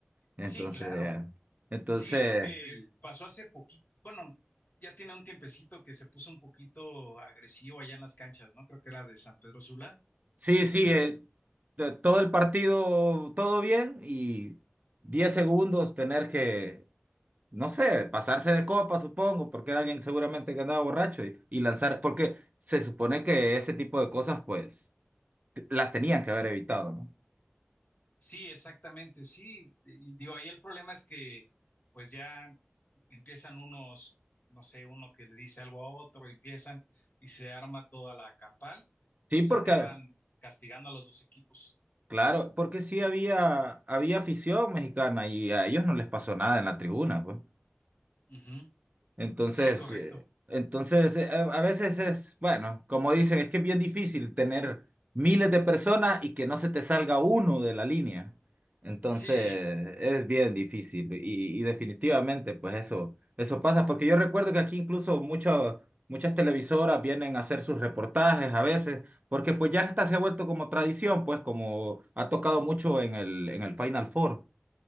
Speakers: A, on the right; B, on the left.
A: entonces...
B: Sí, claro.
A: Entonces,
B: Sí, algo que Sí. pasó hace poquito, bueno, ya tiene un tiempecito que se puso un poquito agresivo allá en las canchas, ¿no? Creo que era de San Pedro Sula.
A: Sí, sí,
B: que
A: eh, de- todo el partido, todo bien y 10 segundos tener que, no sé, pasarse de copa, supongo, porque era alguien seguramente que andaba borracho y, y lanzar, porque se supone que ese tipo de cosas, pues, las tenían que haber evitado, ¿no?
B: Sí, exactamente, sí. Y digo, ahí el problema es que pues ya empiezan unos, no sé, uno que le dice algo a otro, empiezan y se arma toda la campal y
A: Sí,
B: pues
A: porque,
B: acaban castigando a los dos equipos.
A: claro, porque sí había, había afición mexicana y a ellos no les pasó nada en la tribuna, pues.
B: Ujú.
A: Entonces,
B: Sí, correcto.
A: eh, entonces eh, a a veces es, bueno, como dicen, es que es bien difícil tener miles de personas y que no se te salga uno de la línea. Entonces,
B: Sí,
A: es bien difícil y, y definitivamente, pues eso, eso pasa, porque yo recuerdo que aquí incluso muchas muchas televisoras vienen a hacer sus reportajes a veces, porque pues ya hasta se ha vuelto como tradición, pues como ha tocado mucho en el, en el Final Four,